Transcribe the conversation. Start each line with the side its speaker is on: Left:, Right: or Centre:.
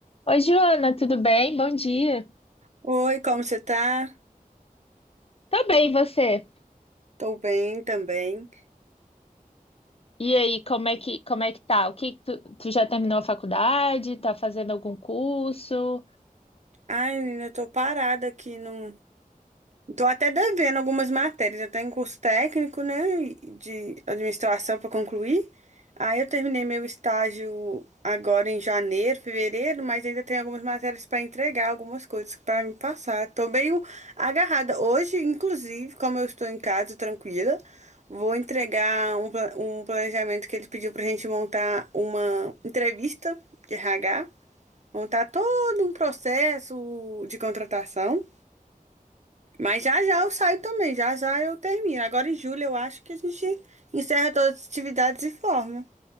Left: Oi, Joana, tudo bem? Bom dia.
Right: Oi, como você tá?
Left: Tô bem, e você?
Right: Tô bem também.
Left: E aí, como é que, como é que tá? O que tu, tu já terminou a faculdade? Tá fazendo algum curso?
Right: Ai, menina, eu tô parada aqui num, Tô até devendo algumas matérias. Eu tô em curso técnico, né, de administração para concluir. Aí eu terminei meu estágio agora em janeiro, fevereiro, mas ainda tem algumas matérias para entregar, algumas coisas para me passar. Tô meio agarrada. Hoje, inclusive, como eu estou em casa tranquila, vou entregar um, pla- um planejamento que ele pediu pra gente montar uma entrevista de RH, montar todo um processo de contratação. Mas já já eu saio também, já já eu termino. Agora em julho eu acho que a gente encerra todas as atividades e forma.